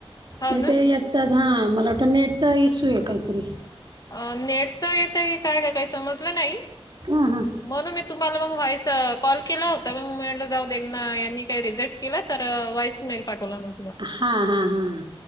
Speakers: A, on the left (about 40°); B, on the right (about 50°).
A: हो
B: मी
A: ना
B: ते हां मला वाटतं नेटचा इश्यू आहे काहीतरी
A: अ नेटच इथं की काय काय काही समजलं नाही
B: हां हां
A: म्हणून मी तुम्हाला मग वॉईस कॉल केला होता म म्हटलं जाऊ देना यांनी काही रिजेक्ट केला तर वॉइस मेल पाठवला ना
B: हां हां हां